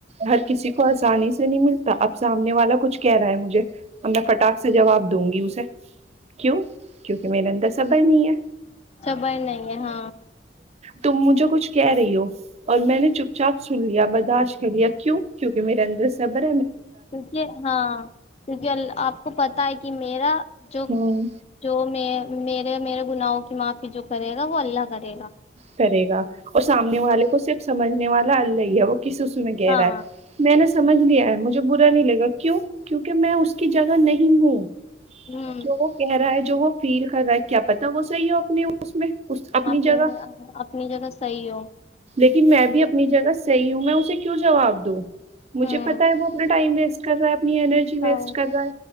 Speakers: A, on the right; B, on the left.
A: ہر کسی کو آسانی سے نہیں ملتا اب سامنے والا کچھ کہہ رہا ہے مجھے ہم نے فٹااک سے جواب دوں گی اسے کیوں کیونکہ میرے اندر صبر نہیں ہے
B: صبر نہیں ہے ہاں
A: تم مجھے کچھ کہہ رہی ہو اور میں نے چپ چاپ سن لیا برداشت کر لیا کیوں کیونکہ میرے اندر سبر
B: کیونکہ ہاں کیونکہ آپ کو پتا ہے کہ میں میرا جو
A: ہوں
B: جو میں م میرے گناہں کی معافی جو کرے گا وہ اللہ کرے گا
A: کرے گا اور سامنے والے کو صرف سمجنے والا اللہ ہی ہے وہ کسیص میں گہرا
B: ہاں
A: ہے میں نے سمجھ لیا ہے مجھے برا نہیں لگا کیوں کیونکہ میں اس کی جگہ نہیں ہوں
B: ہوں
A: جو وہ کہہ رہا ہے جو وہ فیل کر رہا ہے کیا پتا وہ صحیح ہو اپنے اس میں اس اپنی
B: آپ
A: جگہ
B: اپنی جگہ صحیح ہو
A: لیکن میں بھی اپنی جگہ صحیح ہوں میں اسے کیوں جواب دووں مجھے
B: ہوں
A: پتہ ہے وہ اپنا ٹائم ویسٹ <unintelligible> ن اینرجی ویسٹ
B: ہاں
A: کر ہے